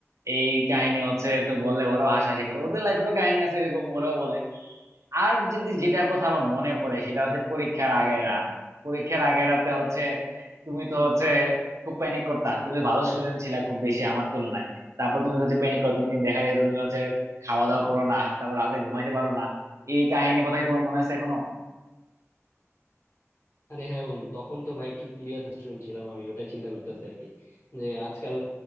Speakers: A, on the right; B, on the left.
A: এই কাহিনী হচ্ছে তো বললে ওরাও হাসাহাসি করে ওদের লাইফেরও কাহিনী আছে এরকম ওরাও বলে আর যদি যেটা কথা আমার মনে পড়ে সেটা হচ্ছে পরীক্ষার আগের রাত পরীক্ষার আগের রাতে হচ্ছে তুমি তো হচ্ছে খুব প্যানিক করতা তুমি তো ভালো স্টুডেন্ট ছিলা খুব বেশি আমার তুলনায় তারপর তুমি যদি প্যানিক করো তুমি দেখা যেত তুমি হচ্ছে খাওয়া দাওয়া করো না তারপর রাতে ঘুমাইতে পারো না এই কাহিনী কথা কি তোমার মনে আছে এখনো
B: আরে হ্যাঁ বন্ধু তখন তো ভাই কি সিরিয়াস স্টুডেন্ট ছিলাম আমি ওটাই চিন্তা করতেছি আর কি যে আজকাল